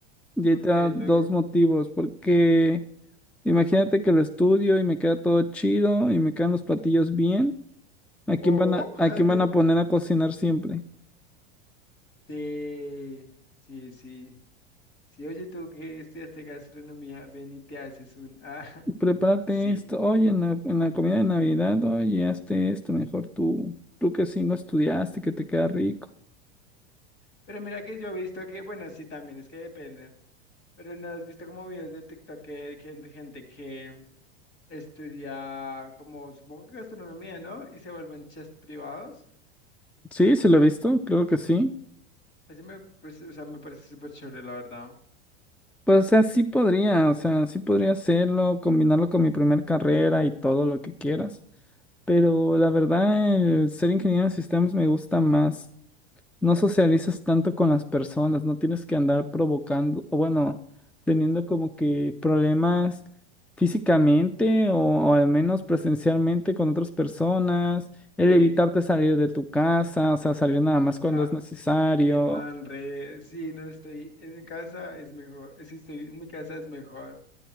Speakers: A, in the centre; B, on the left.
A: Y
B: Porque
A: ahí te da
B: luego...
A: dos motivos, porque Imagínate que lo estudio y me queda todo chido y me quedan los platillos bien. ¿A quién
B: O
A: van a,
B: <laughs>
A: a quién van a poner a cocinar siempre?
B: te... Sí, sí. Sí, oye, tú que estudiaste gastronomía, ven y te haces un... <laughs> Ah,
A: Prepárate
B: sí.
A: esto, oye, en la, en la comida de Navidad, oye, hazte esto, mejor tú, tú que sí no estudiaste, que te queda rico.
B: Pero mira que yo he visto que, bueno, sí, también es que depende. Pero no has visto como videos de TikTok que que gente, gente que... estudia como, supongo que gastronomía, ¿no? Y se vuelven chefs privados.
A: Sí, sí lo he visto, claro que sí.
B: Ese me, parece- o sea, me parece súper chévere, la verdad.
A: Pues, o sea, sí podría, o sea, sí podría hacerlo, combinarlo con mi primer carrera y todo lo que quieras. Pero la verdad, el ser ingeniero de sistemas me gusta más. no socializas tanto con las personas, no tienes que andar provocando, o bueno, teniendo como que problemas físicamente o, o al menos presencialmente con otras personas, el
B: Sí.
A: evitarte salir de tu casa, o sea, salir nada más cuando
B: Ah,
A: es necesario.
B: el man re, sí, no estoy en mi casa, es mejor. eh, Si estoy en mi casa, es mejor.